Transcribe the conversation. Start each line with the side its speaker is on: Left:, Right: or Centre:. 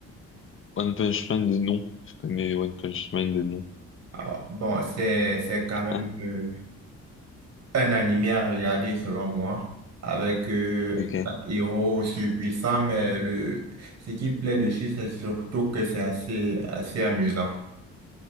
Left: One Punch Man de nom. Je connais One Punch Man de nom.
Right: Alors, bon, c'est c'est quand même...
Left: Ah,
Right: euh, un animé à regarder selon moi, avec euh,
Left: ok.
Right: un héros surpuissant, mais le ce qui plaît dessus, c'est surtout que c'est assez assez amusant.